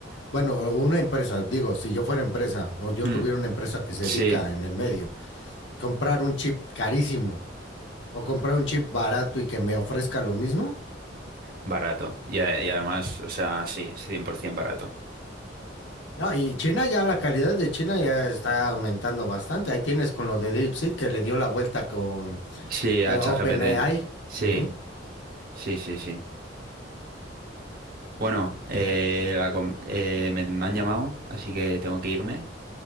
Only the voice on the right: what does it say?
Hmm,
sí,
barato. Y, a- y además, o sea, sí, 100% barato.
Sí, a
ChatGPT. Sí,
sí, sí, sí. Bueno, eh, la com- eh, me, me han llamado, así que tengo que irme,